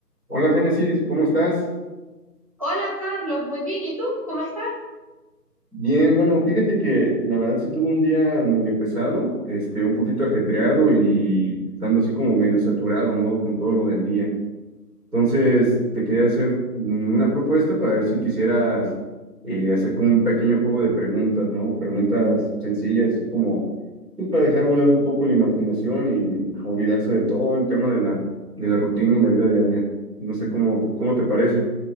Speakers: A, in the centre; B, on the right.
A: Hola Génesis, ¿cómo estás?
B: Hola Carlos, muy bien. ¿Y tú? ¿Cómo estás?
A: Bien, bueno, fíjate que la verdad sí tuve un día medio pesado, este, un poquito ajetreado y estando así como medio saturado, ¿no? Con todo lo del día. Entonces, te quería hacer mm, una propuesta para ver si quisieras eh, hacer como un pequeño juego de preguntas, ¿no? Preguntas sencillas, así como pues, para dejar volar un poco la imaginación y olvidarse de todo el tema de la, de la rutina y la vida diaria. No sé cómo, cómo te parece.